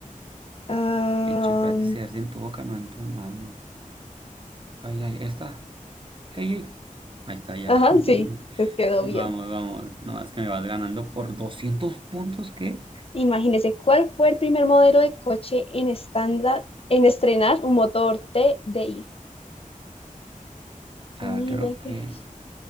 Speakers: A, on the left; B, on the right.
A: Ah,
B: El chocolate se derrite en tu boca, no en tu mano. Ay, ay, ahí está. Ey, ey. Ahí está ya.
A: ajá,
B: <laughs>
A: sí, les quedó
B: Vamos,
A: bien.
B: vamos. No, es que me vas ganando por 200 puntos, ¿qué?
A: Imagínese cuál fue el primer modelo de coche en estándar en estrenar un motor t TDI.
B: Ah,
A: Sonido
B: creo que
A: que es.